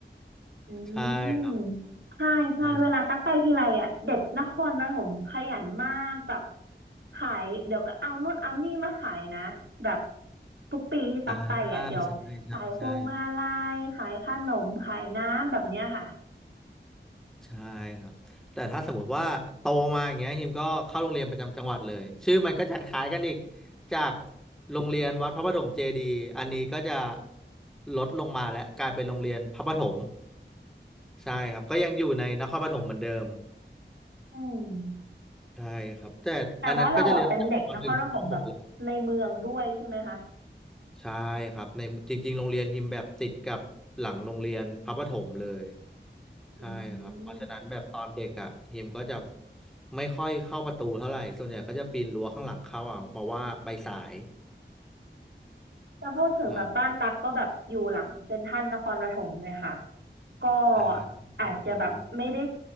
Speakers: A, on the right; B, in the centre.
A: อื
B: ใช่ครับ
A: มใช่ใช่เวลาตักไปทีไรอ่ะเด็กนครปฐมขยันมากแบบ
B: ใช่
A: ขายเดี๋ยวก็เอานู่นเอานี่มาขายนะแบบทุกปีที่ตักไปอ่ะเดี๋ยวขายพวงมาลัยขายขนมขายน้ำแบบเนี้ยค่ะ
B: อ่าใช่ใช่ใช่ ใช่ครับแต่ถ้าสมมติว่าโตมาอย่างเงี้ยฮิมก็เข้าโรงเรียนประจำจังหวัดเลยชื่อมันก็จะคล้ายกันอีกจากโรงเรียนวัดพระประถมเจดีย์อันนี้ก็จะลดลงมาและกลายเป็นโรงเรียนพระประถมใช่ครับก็ยังอยู่ในนครปฐมเหมือนเดิม
A: อืม
B: ใช่ครับแต่อันนั้นก็จะเรียนตั้งแต่ปหนึ่งถึงปหกเลย
A: แต่ว่าเราอ่ะเป็นเด็กนครปฐมแบบในเมืองด้วยใช่ไหมคะ
B: ใช่ครับในจริงๆโรงเรียนฮิมแบบติดกับหลังโรงเรียนพระประถมเลย ใช่ครับเพราะฉะนั้นแบบตอนเด็กอ่ะฮิมก็จะ
A: อืม
B: ไม่ค่อยเข้าประตูเท่าไหร่ส่วนใหญ่ก็จะปีนรั้วข้างหลังเข้าเอาเพราะว่าไปสาย
A: ถ้าพูดถึงแบบบ้านตักก็แบบอยู่หลังเซ็นทรัลนครปฐมเลยค่ะ
B: อ่า
A: ก็
B: อ่า
A: อาจจะแบบไม่ได้
B: ฝั่งนู้น